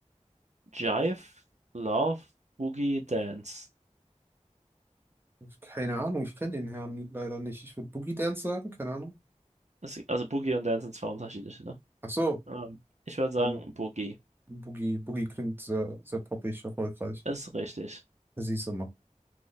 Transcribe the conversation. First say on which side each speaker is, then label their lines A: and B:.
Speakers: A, on the right; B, on the right.
A: Jive, Love, Boogie, Dance.
B: Keine Ahnung, ich kenne den Herrn leider nicht. Ich würde Boogie Dance sagen, keine Ahnung.
A: Das, also Boogie und Dance sind zwei unterschiedliche, ne?
B: Ach so,
A: Ähm, ich würde sagen,
B: dann
A: Burgi
B: Boogie. Boogie klingt sehr, sehr poppig, erfolgreich.
A: ist richtig.
B: Das siehst du mal.